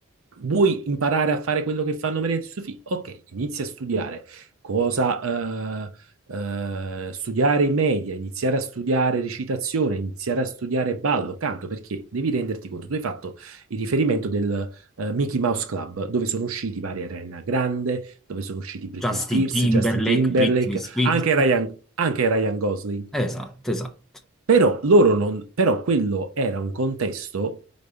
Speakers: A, on the right; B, in the centre.
A: Vuoi imparare a fare quello che fanno Maria di Sofì? Ok, inizia a studiare cosa, eh, eh, studiare i media, iniziare a studiare recitazione, iniziare a studiare ballo, canto, perché devi renderti conto. Tu hai fatto il riferimento del eh, Mickey Mouse Club, dove sono usciti vari Ariana Grande, dove sono usciti Britney
B: Justin
A: Spears,
B: Timberlake,
A: Justin Timberlake,
B: Britney Spears.
A: anche Ryan, anche Ryan Gosling.
B: Eh, esatto, esatto.
A: Però loro non, però quello era un contesto,